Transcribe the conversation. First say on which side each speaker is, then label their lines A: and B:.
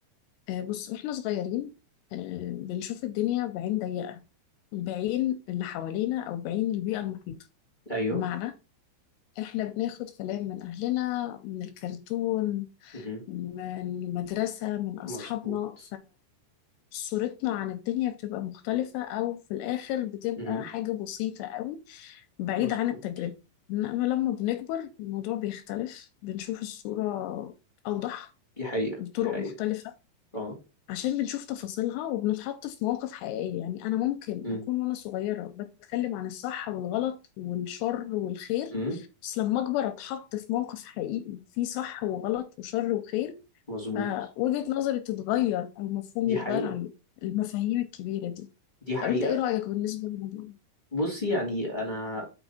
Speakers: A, on the left; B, on the left.
A: آه بص واحنا صغيرين آه بنشوف الدنيا بعين ضيقه بعين اللي حوالينا او بعين البيئه المحيطه
B: ايوه
A: بمعنى احنا بناخد كلام من اهلنا من الكرتون
B: امم
A: من المدرسه من اصحابنا
B: مظبوط
A: صورتنا عن الدنيا بتبقى مختلفة أو في الآخر بتبقى
B: امم
A: حاجة بسيطة قوي بعيد
B: مظبوط
A: عن التجربة إنما لما بنكبر الموضوع بيختلف بنشوف الصورة أوضح
B: دي حقيقة
A: بطرق
B: دي حقيقة
A: مختلفة
B: اه
A: عشان بنشوف تفاصيلها وبنتحط في مواقف حقيقية يعني أنا ممكن
B: امم
A: أكون وأنا صغيرة بتكلم عن الصح والغلط والشر والخير
B: امم
A: بس لما أكبر أتحط في موقف حقيقي فيه صح وغلط وشر وخير
B: مظبوط
A: فوجهة نظري تتغير أو مفهومي
B: دي
A: يتغير
B: حقيقة
A: عن المفاهيم الكبيرة دي
B: دي حقيقة
A: طب أنت إيه رأيك بالنسبة للموضوع؟
B: بصي يعني أنا